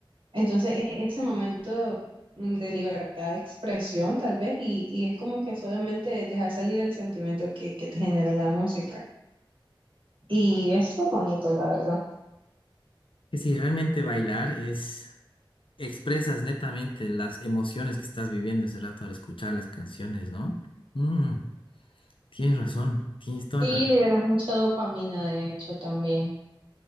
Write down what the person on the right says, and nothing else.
Entonces e- ese momento mm, de libertad de expresión tal vez y, y es como que solamente dejar salir el sentimiento que, que te genera la música. Y es muy bonito, la verdad.
Y
liberas mucha dopamina, de hecho, también.